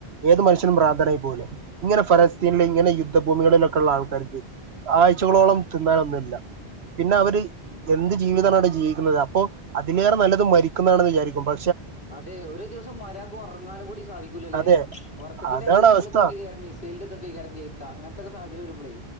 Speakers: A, on the right; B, on the left.
A: ഏത് മനുഷ്യ ഭ്രാന്തനായി പോവൂലെ ഇങ്ങെനെ ഫലസ്തീനിൽ
B: ഉം
A: ഇങ്ങനെ യു ദ്ധ ഭൂമികളിലൊക്കെ ഉള്ള ആൾക്കാർക്ക് ആഴ്ച്ചകളോളം തിന്നാനൊന്നുല്ല പിന്നെ അവര്
B: ഉം
A: എന്ത് ജീവിതാണവടെ ജീവിക്കുന്നത് അപ്പോ അതിലേറെ
B: ഉം
A: നല്ലത് മരിക്കുന്നാണെന്ന് വിചാരിക്കും പ
B: അതെ ഒരോ ദിവസം മര്യാദക്ക് ഒറങ്ങാനും കൂടി സാധിക്കൂല്ലല്ലേ
A: അതെ
B: ഉറക്കത്തിന്റെടിയിൽ
A: അതാണ്
B: നമ്മളിതക്കല്ലേ
A: അവസ്ഥ
B: മിസ് സൈലിന്റെ ഇതൊക്കെകാരം കേക്കാ അങ്ങനത്തെക്ക സാഹചര്യം വരുമ്പളേ